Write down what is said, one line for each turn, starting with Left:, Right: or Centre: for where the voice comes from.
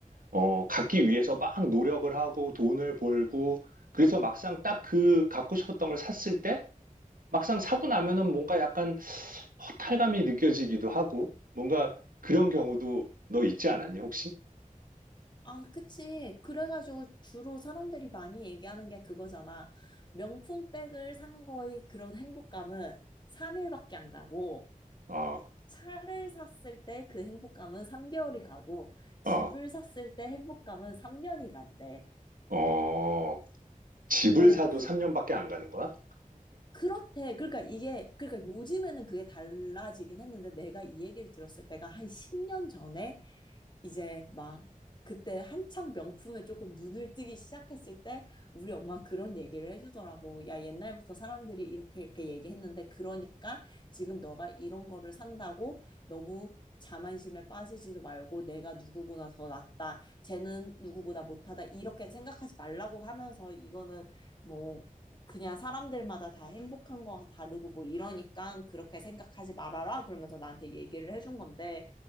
Right: 어, 갖기 위해서 막 노력을 하고 돈을 벌고 그래서 막상 딱 그 갖고 싶었던 걸 샀을 때 막상 사고 나면은 뭔가 약간 허탈감이 느껴지기도 하고 뭔가 그런 경우도 너 있지 않았니 혹시?
Left: 아, 그치. 그래가지고 주로 사람들이 많이 얘기하는 게 그거잖아. 명품백을 산 거의 그런 행복감은 3일밖에 안 가고,
Right: 어,
Left: 차를 샀을 때 그 행복감은 3개월이 가고, 집을
Right: 어.
Left: 샀을 때 행복감은 3년이 간대.
Right: 어, 집을
Left: 어,
Right: 사도
Left: 그,
Right: 3년밖에 안 가는 거야?
Left: 그렇대. 그러니까 이게, 그러니까 요즘에는 그게 달라지긴 했는데 내가 이 얘기를 들었을 때가 한 10년 전에 이제 막 그때 한창 명품에 조금 눈을 뜨기 시작했을 때 우리 엄마 그런 얘기를 해주더라고. 야, 옛날부터 사람들이 이렇게 이렇게 얘기했는데 그러니까 지금 너가 이런 거를 산다고 너무 자만심에 빠지지도 말고 내가 누구보다 더 낫다. 쟤는 누구보다 못하다. 이렇게 생각하지 말라고 하면서 이거는 뭐 그냥 사람들마다 다 행복한 거가 다르고 뭐 이러니까 그렇게 생각하지 말아라. 그러면서 나한테 얘기를 해준 건데